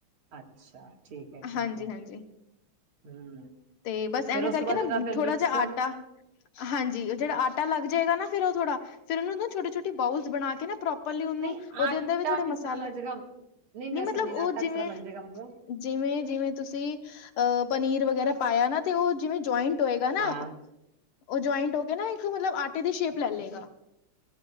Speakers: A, on the right (about 80°); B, on the left (about 80°).
A: ਅੱਛਾ ਠੀਕ ਹੈ ਠੀਕ
B: ਹਾਂਜੀ
A: ਹੈ
B: ਹਾਂਜੀ
A: ਹਮ
B: ਤੇ ਬਸ
A: ਫੇਰ
B: ਐਵੇਂ
A: ਉਸ
B: ਕਰਕੇ
A: ਤੋਂ ਬਾਅਦ
B: ਨਾ
A: ਇਹਦਾ ਫਿਰ
B: ਥੋੜਾ
A: ਮਿਕਸਚਰ
B: ਜਿਹਾ ਆਟਾ ਹਾਂਜੀ ਜਿਹੜਾ ਆਟਾ ਲੱਗ ਜਾਏਗਾ ਨਾ ਫਿਰ ਉਹ ਥੋੜਾ ਫਿਰ ਉਹਨ ਨਾ ਛੋਟੀ-ਛੋਟੀੇ ਬੋਲਸ ਬਣਾ ਕੇ ਨਾ ਪ੍ਰੋਪ ਪਲੀ ਉਹਨੂੰ
A: ਨਹੀਂ
B: ਉਹਦੇ
A: ਆਟਾ
B: ਅੰਦਰ ਵੀ ਥੋੜੇ
A: ਕਿਸ
B: ਮਸਾਲੇ
A: ਤਰ੍ਹਾਂ ਲੱਗ ਜਾਏਗਾ ਨਹੀਂ
B: ਨੀ
A: ਮੈਂ
B: ਮਤਲਬ
A: ਸਮਝੀ
B: ਉਹ
A: ਆਟਾ
B: ਜਿਵੇਂ
A: <unintelligible>
B: ਜਿਵੇਂ ਜਿਵੇਂ ਤੁਸੀਂ ਅ ਪਨੀਰ ਵਗੈਰਾ ਪਾਇਆ ਨਾ ਤੇ ਉਹ ਜਿਵੇਂ ਜਆਇੰਟ ਟ ਹੋਏਗਾ ਨਾ
A: ਹਾਂ
B: ਉਹ ਜੁਆਇੰਟ ਹੋ ਕੇ ਨਾ ਇੱਕ ਮਤਲਬ ਆਟੇ ਦੀ ਸ਼ੇਪ ਲੈ ਲਏਗਾ